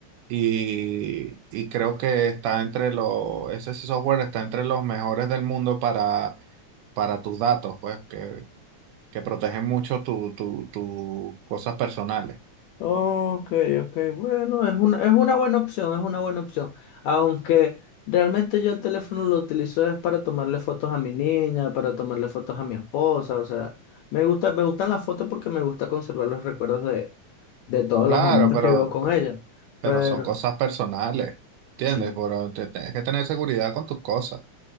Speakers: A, on the right; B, on the left.
A: Y, y creo que está entre los, ese software está entre los mejores del mundo para, para tus datos, pues que, que protegen mucho tu, tu, tu cosas personales.
B: Ok, ok, bueno, es una, es una buena opción, es una buena opción. Aunque realmente yo el teléfono lo utilizo es para tomarle fotos a mi niña, para tomarle fotos a mi esposa, o sea, me gusta, me gustan las fotos porque me gusta conservar los recuerdos de, de todos
A: Claro,
B: los momentos
A: pero,
B: que vivo con ella. Pero,
A: pero son cosas personales, ¿entiendes?
B: sí.
A: Pero te- tienes que tener seguridad con tus cosas,